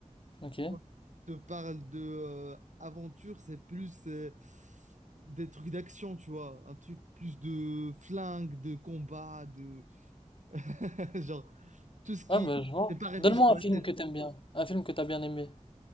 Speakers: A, on the left (about 45°); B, on the right (about 70°).
A: Ok.
B: Quand je te parle de euh, aventure, c'est plus euh, des trucs d'action, tu vois. Un truc plus de flingue, de combat, de. <laughs> Genre, tout ce qui.
A: Ah, bah, je vois.
B: C'est pas réfléchi
A: Donne-moi
B: dans
A: un
B: la
A: film
B: tête.
A: que t'aimes bien, un film que t'as bien aimé.